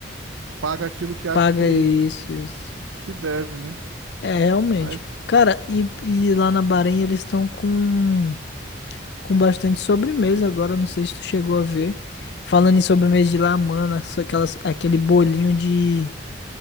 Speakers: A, on the right (about 80°); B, on the left (about 55°).
A: paga aquilo que acha
B: Paga
A: que,
B: isso, isso.
A: que deve, né?
B: É, realmente.
A: Mas
B: Cara, e, e lá na Bahrein eles estão com, com bastante sobremesa agora. Não sei se tu chegou a ver. Falando em sobremesa de lá, mano, só aquelas, aquele bolinho de,